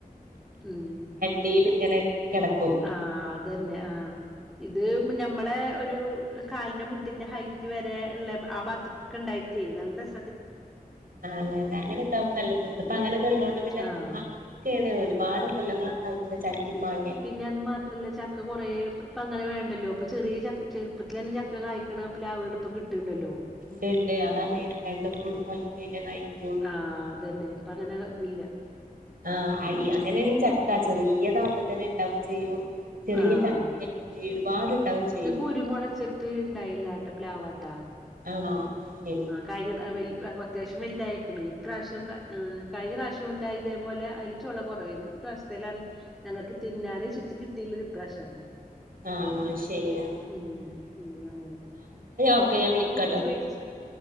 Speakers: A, in the centre; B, on the right.
A: ഹ്മ്മ്
B: ടീല് ഇങ്ങനെ കെടക്കും.
A: ആഹ് അതന്നെ ആഹ് ഇത് ഞമ്മളെ ഒരു കാലിന്റെ മുട്ടിന്റെ ഹൈറ്റ് വരെ ഇള്ളെ ആ ഭാഗത്ത്ക്ക് ഒക്കെ ഇണ്ടായിട്ടേ നല്ല ര
B: ആഹ് <unintelligible> അങ്ങനെ ഇണ്ടാവുമ്പോ നല്ല രസാ ഇപ്പങ്ങനെയൊക്കെ ഇള്ളോണ്ട് പിന്നെ
A: ആഹ്
B: പ ക്കെണ് ഒരുപാട് കൊല്ലങ്ങളൊക്കായി. പിന്നെ ചക്കിം മാങ്ങി
A: പിന്നെ അത് മാ ത്രല്ല ചക്ക കൊറേ പ്പ ഇപ്പങ്ങനെ വേണ്ടല്ലോ ഇപ്പ ചെറിയ ച ചെറുപ്പത്തിൽ തന്നെ ചക്ക കായ്ക്ക്ണ പ്ലാവ്കള് ഇപ്പം കി ട്ട്ണ്ടല്ലോ
B: ഇണ്ട്, ഇണ്ട് അതാണ് രണ്ട് മൂന്ന് കൊല്ലം കയിഞ്ഞാൽ കായിക്കും.
A: ആഹ് അതന്നെ ഇപ്പങ്ങനെ ഇതില്ല.
B: ആഹ് അയി അങ്ങനെയാണീ ചക്ക ചെറിയതാവുമ്പം തന്നെ ഇണ്ടാവും ചെയ്യും ചെറിയ
A: ആഹ്
B: ചക്കെ ഒരുപാട് ഇണ്ടാവും ചെയ്യും.
A: കുരുമൊളച്ചെ ത് ഇണ്ടായില്ലാട്ട പ്ലാവാട്ടോ
B: ആണോ ശെരി.
A: കഴിഞ്ഞ വൽ അത്യാവിശ്യം വലുതായേക്കണ്. ഇപ്രാവശ്യം ഏഹ് കഴിഞ്ഞ പ്രാവശ്യം ഇണ്ടായി ഇതേപോലെ അയില് ചൊള കൊറവേണ്. ഇപ്രാവശ്യത്തേലാണ് ഞങ്ങക്ക് തിന്നാന് ശെരിക്കും കിട്ടീയിള്ളത് ഇപ്രാവശ്യാണ്.
B: ആഹ് ന്നാ ശെരിയാ
A: ഹ്മ്മ് ഹ്മ്മ് അങ്ങനെ,
B: ഓക്കെ
A: ഒട്ട്
B: വിളിക്കാട്ടോ
A: ഞാൻ ഒട്ട് വേടിച്ച്